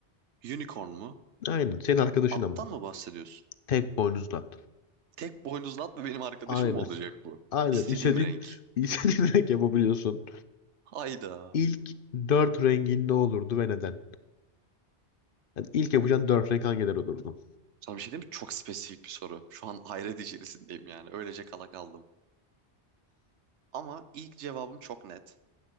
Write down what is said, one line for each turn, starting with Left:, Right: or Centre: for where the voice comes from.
Right: Unicorn mu?
Left: Aynen. Senin arkadaşın
Right: Attan
Left: ama.
Right: mı bahsediyorsun?
Left: Tek boynuzlu.
Right: Tek boynuzlu at mı benim arkadaşım
Left: Aynen.
Right: mı olacak bu?
Left: Aynen.
Right: İstediğim
Left: İstediğin,
Right: renk.
Left: <laughs> istediğin renk yapabiliyorsun.
Right: Hayda.
Left: İlk dört rengin ne olurdu ve neden? Yani ilk yapacağın dört renk hangileri olurdu?
Right: Sana bir şey diyeyim mi? Çok spesifik bir soru. Şu an hayret içerisindeyim yani. Öylece kala kaldım. Ama ilk cevabım çok net.